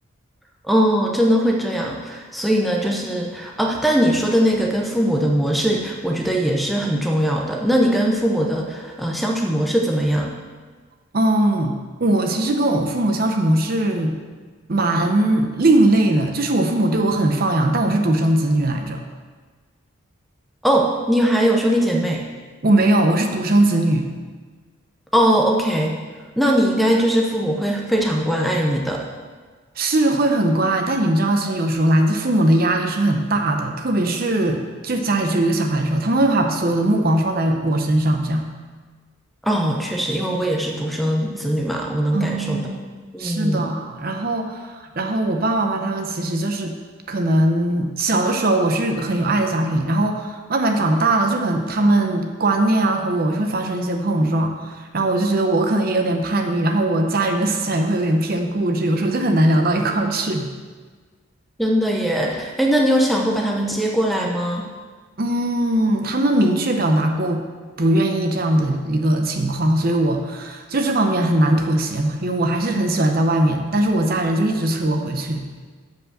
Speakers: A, in the centre; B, on the right.
A: 哦，真的会这样，所以呢，就是哦，啊但你说的那个跟父母的模式，我觉得也是很重要的。那你跟父母的呃相处模式怎么样？
B: 嗯，我其实跟我父母相处模式蛮另类的，就是我父母对我很放养，但我是独生子女来着，
A: 哦，你还有兄弟姐妹？
B: 我没有，我是独生子女，
A: 哦，OK，那你应该就是父母会非常关爱你的。
B: 是会很乖，但你知道，其实有时候来自父母的压力是很大的，特别是就家里只有一个小孩的时候，他们会把所有的目光放在我身上，这样。
A: 哦，确实，因为我也是独生子女嘛，我能感受到。
B: 哦
A: 嗯。
B: 是的，然后，然后我爸爸妈妈他们其实就是可能小的时候我是很有爱的家庭，然后慢慢长大了，就可能他们观念啊和我会发生一些碰撞，然后我就觉得我可能也有点叛逆，然后我家人的思想也会有点偏固执，有时候就很难聊到一块儿去。<laughs>
A: 真的耶，哎，那你有想过把他们接过来吗？
B: 嗯，他们明确表达过不愿意这样的一个情况，所以我就这方面很难妥协嘛，因为我还是很喜欢在外面，但是我家人就一直催我回去。